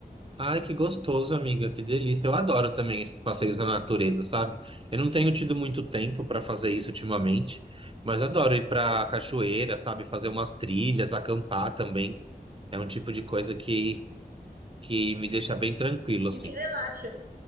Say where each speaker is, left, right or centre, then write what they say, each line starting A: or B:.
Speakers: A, on the right (about 35°); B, on the right (about 60°).
A: Ai, que gostoso, amiga, que delícia. Eu adoro também esses passeios na natureza, sabe? Eu não tenho tido muito tempo para fazer isso ultimamente, mas adoro ir para cachoeira, sabe? Fazer umas trilhas, acampar também. É um tipo de coisa que, que me deixa bem tranquilo, assim.
B: Que te relaxa.